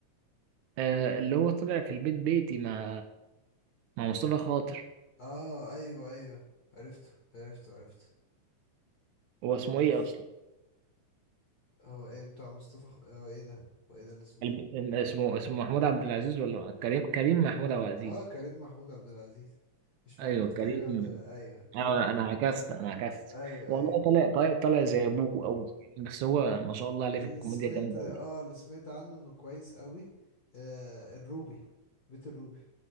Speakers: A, on the right (about 75°); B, on the left (about 40°).
A: آه، اللي هو طلع في البيت بيتي مع مع مصطفى خاطر
B: اه ايوه ايوه عرفته عرفته عرفته
A: هو اسمه
B: عرفته
A: ايه اصلا
B: هو ايه بتاع مصطفى خ- هو ايه ده هو ايه ده اللي اسمه
A: الب-
B: ايه
A: اسمه اسمه محمود عبد العزيز ولا كريم كريم محمود عبد العزيز
B: اه كريم محمود عبد العزيز مش
A: ايوه
B: محمود كريم
A: كريم
B: عبد
A: أيوه،
B: الع... ايوه كريم
A: انا
B: محمود
A: انا عكست انا عكست
B: ايوه
A: والله
B: ايوه
A: طلع طلع طلع زي ابوه قوي بس هو ما شاء الله عليه
B: اللي
A: في الكوميديا
B: سمعت
A: جامد
B: اه
A: قوي
B: اللي سمعت عنه انه كويس قوي آه الروبي بيت الروبي